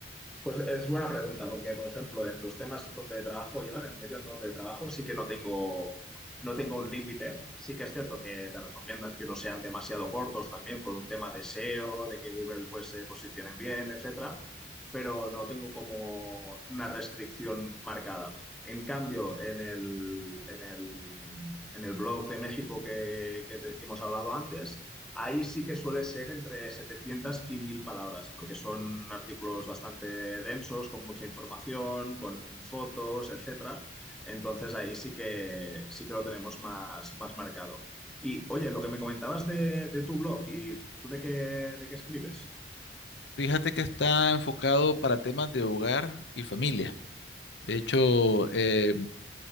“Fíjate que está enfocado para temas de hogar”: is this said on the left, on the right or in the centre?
Left